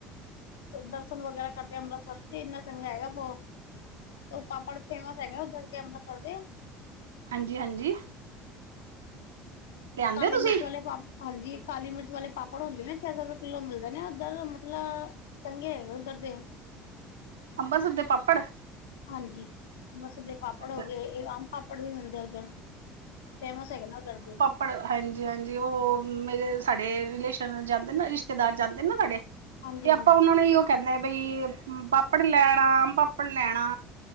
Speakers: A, on the left; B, on the right.
A: ਦਰਸ਼ਨ ਵਗੈਰਾ ਕਰਦੇ ਆ ਅੰਬਰਸਰ, ਇੰਨਾ ਚੰਗਾ ਹੈਗਾ ਵੋ। ਔ ਪਾਪੜ ਫੇਮਸ ਹੈਗਾ ਆ ਓਧਰ ਦੇ ਅੰਬਰਸਰ ਦੇ।
B: ਹਾਂਜੀ, ਹਾਂਜੀ। ਲਿਆਂਦੇ
A: ਕਾਲੀ
B: ਹੋ ਤੁਸੀਂ
A: ਮਿਰਚ ਵਾਲੇ ਪਾਪ ਹਾਂਜੀ, ਕਾਲੀ- ਮਿਰਚ ਵਾਲੇ ਪਾਪੜ ਹੁੰਦੇ ਨੇ, ਛੇ ਸੌ ਰੁਪਏ ਕਿੱਲੋ ਮਿਲਦੇ ਨੇ ਉੱਧਰ ਮਤਲਬ ਚੰਗੇ ਐ ਉਦਰ ਦੇ
B: ਅੰਬਰਸਰ ਦੇ ਪਾਪੜ।
A: ਹਾਂਜੀ, ਅੰਮ੍ਰਿਤਸਰ ਦੇ ਪਾਪੜ
B: ਅੱਛਾ
A: ਹੋ ਗਏ, ਇਹ ਆਮ ਪਾਪੜ ਵੀ ਮਿਲਦੇ ਉੱਧਰ। ਫੇਮਸ ਹੈਗੇ ਨਾ ਉਧਰ ਦੇ
B: ਪਰ ਹਾਂਜੀ, ਹਾਂਜੀ ਉਹ ਮੇਰੇ ਸਾਡੇ ਰਿਲੇਸ਼ਨ ਜਾਂਦੇ ਨਾ, ਰਿਸ਼ਤੇਦਾਰ ਜਾਂਦੇ ਨਾ ਸਾਡੇ।
A: ਹਾਂਜੀ
B: ਤੇ
A: ਹਾਂਜੀ
B: ਆਪਾਂ ਉਹਨਾ ਨੇ ਉਹ ਕੈਂਦੇ ਬਈ ਪਾੱਪੜ ਲੈ ਆਣਾ, ਆਮ - ਪਾਪੜ ਲੈ ਆਣਾ